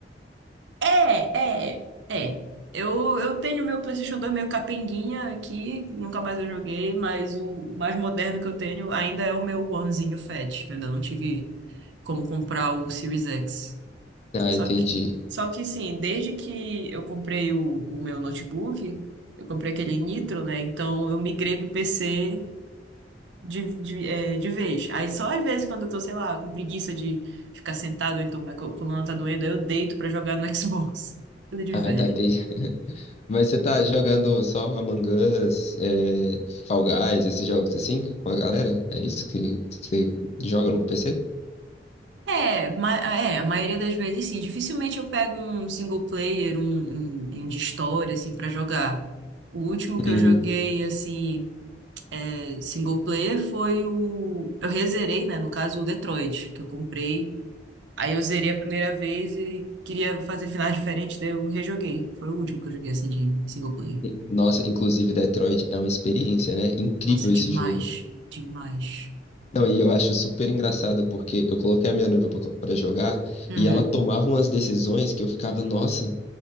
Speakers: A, on the right; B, on the left.
A: É, é, é. Eu, eu tenho meu PlayStation dois meio capenguinha aqui, nunca mais eu joguei, mas o, o mais moderno que eu tenho ainda é o meu Onezinho Fat. Eu ainda não tive como comprar o Series X.
B: Ah,
A: Só
B: entendi.
A: que, só que sim, desde que eu comprei o, o meu notebook, eu comprei aquele Nitro, né? Então eu migrei pro PC de, de, é, de vez. Aí só às vezes quando eu tô, sei lá, com preguiça de ficar sentado, ou então minha col- coluna tá doendo, aí eu deito pra jogar no <laughs> Xbox. Tudo de
B: Ah,
A: velho.
B: tá, entendi. <laughs> Mas você tá jogando só Among Us, é, Fall Guys, esses jogos assim, com a galera? É isso que você joga no PC?
A: É, ma é, a maioria das vezes sim. Dificilmente eu pego um single player, um, um, um de história, assim, pra jogar. O último que
B: Uhum.
A: eu joguei, assim, é, single player foi o. Eu rezerei, né? No caso, o Detroit, que eu comprei. Aí eu zerei a primeira vez e queria fazer finais diferentes, daí eu rejoguei. Foi o último que eu joguei, assim, de single player.
B: Sim. Nossa, inclusive Detroit é uma experiência, né? Incrível
A: Nossa,
B: esse
A: demais,
B: jogo.
A: demais.
B: Não, e eu acho super engraçado porque eu coloquei a minha noiva pra pra jogar
A: Uhum.
B: e ela tomava umas decisões que eu ficava, nossa,